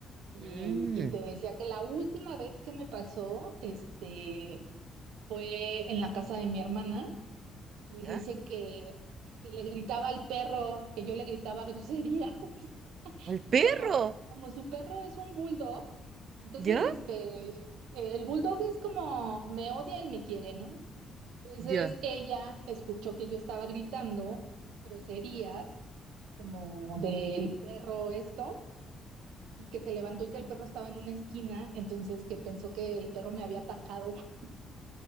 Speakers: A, on the right; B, on the right.
A: Y,
B: Mm,
A: y te decía que la última vez que me pasó, este, fue en la casa de mi hermana y
B: ¿ya?
A: dice que, que le gritaba al perro, que yo le gritaba <laughs> grosería.
B: ¿Al perro?
A: Es como, como su perro es un bulldog, entonces
B: ¿Ya?
A: este, el bulldog es como me odia y me quiere, ¿no? Entonces
B: Ya.
A: ella escuchó que yo estaba gritando groserías como del perro esto, y que se levantó y que el perro estaba en una esquina, entonces que pensó que el perro me había atacado. <laughs>